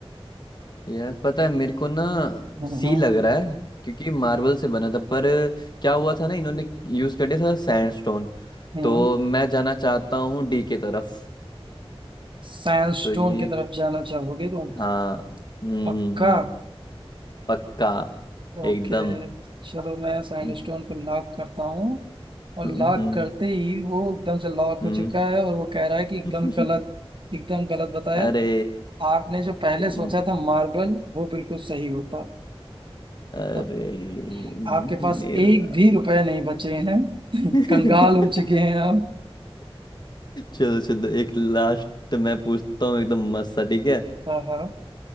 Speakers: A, on the left; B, on the right.
A: यार पता है मेरे को ना
B: हम्म
A: सी लग रहा है क्योंकि मार्बल से बना था पर क्या हुआ था ना इन्होंने यूज कर दिया था सैंडस्टोन
B: हम्म
A: तो मैं जाना चाहता हूँ डी के तरफ
B: सैंडस्टोन
A: तो ये
B: की तरफ जाना चाहोगे तुम
A: हाँ हम्म
B: पक्का
A: हम्म हम्म पक्का
B: ओके
A: एकदम
B: चलो मैं सैंडस्टोन
A: हम्म,
B: को लॉक करता हूँ और
A: हम्म,
B: लॉक करते ही वो एकदम से लॉक
A: हम्म।
B: हो चुका है और वो कह रहा है कि एकदम
A: <laughs>
B: गलत एकदम गलत बताया
A: अरे
B: आपने जो पहले सोचा
A: म-
B: था मार्बल वो बिल्कुल सही होता
A: अरे
B: तो
A: मेरा
B: आपके पास एक भी रुपए नहीं बचे हैं <laughs>
A: <laughs>
B: कंगाल हो चुके हैं आप
A: चलो चलो एक लास्ट मैं पूछता हूँ एकदम मस्त सा ठीक है
B: हाँ हाँ